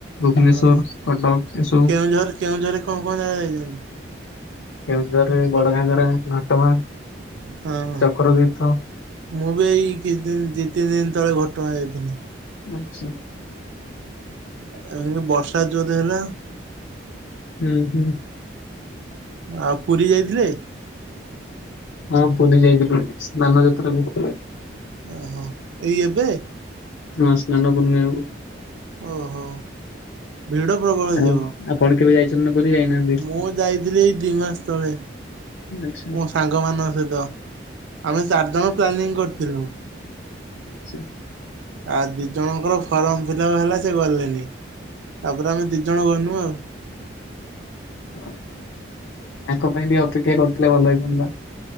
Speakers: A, on the left (about 75°); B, on the right (about 70°).
A: ଭୁବନେଶ୍ଵର,
B: ଓହୋ
A: କଟକ ଏସବୁ।
B: କେଉଁଝର କେଉଁଝରରେ କୋଉ କୋଉ ଜାଗା ଯାଇଛନ୍ତି?
A: କେଉଁଝରରେ ବଡ ଘାଗରା, ଘଟଗାଁ।
B: ହଁ।
A: ଚକ୍ର ତୀର୍ଥ
B: ମୁଁ ବି ଏଇ କିଛି ଦିନ, ଦିଇ ତିନି ଦିନ ତଳେ, ଘଟଗାଁ ଯାଇଥିଲି।
A: ଆଚ୍ଛା।
B: ଆ କିନ୍ତୁ ବର୍ଷା ଜୋରେ ହେଲା।
A: ହୁଁ ହୁଁ।
B: ଆଉ ପୁରୀ ଯାଇଥିଲେ?
A: ହଁ ପୁୁରୀ ଯାଇଥିଲୁ, ସ୍ନାନ ଯାତ୍ରାକୁ।
B: ଓହୋ ଏଇ ଏବେ?
A: ହଁ ସ୍ନାନପୂର୍ଣ୍ଣିମାକୁ।
B: ଓହୋ। ଭିଡ ପ୍ରବଳ
A: ଆଉ
B: ଥିବ,
A: ଆପଣ କେବେ ଯାଇଛନ୍ତି ନା ପୁରୀ ଯାଇନାହାନ୍ତି
B: ମୁଁ ଯାଇଥିଲି ଏଇ ଦି ମାସ ତଳେ।
A: ଆଚ୍ଛା।
B: ମୋ ସାଙ୍ଗ ମାନଙ୍କ ସହିତ, ଆମେ ଚାରିଜଣ ପ୍ଲାନିଂ କରିଥିଲୁ।
A: ଆଚ୍ଛା।
B: ଆ ଦି ଜଣଙ୍କର ଫର୍ମ ଫିଲଅପ ହେଲା, ସେ ଗଲେନି, ତାପରେ ଆମେ ଦି ଜଣ ଗନୁ ଆଉ।
A: ହ ତାଙ୍କ ପାଇଁ ବି ଅପେକ୍ଷା କରିଥିଲେ ଭଲ ହେଇଥାନ୍ତା।